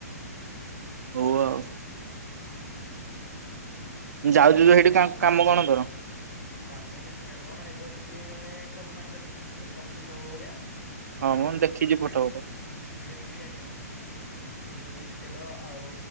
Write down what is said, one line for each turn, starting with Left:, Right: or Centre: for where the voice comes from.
Right: ହଉ ଆଉ। ଯାଉଛୁ ତୁ ସେଇଠି କା କାମ କଣ ତୋର?
Left: କାମ କିଛି ନାହିଁ ମ ସେଇଠି ଅଛି ମାନେ କମ୍ପାନୀର ସେଇଟା ଗୋଟେ କଫି ସପ୍ ଭଳିଆ।
Right: ହଁ
Left: ହେଲା
Right: ମୁଁ ଦେଖିଛି
Left: ମାନେ
Right: ଫଟୋ
Left: ବେ
Right: ଫଟ
Left: ବେ କ୍ରି ଆଇଟମ୍ ସେଇଟା ସବୁ ଯେମ ବିସ୍କେଟ୍ ଆଉ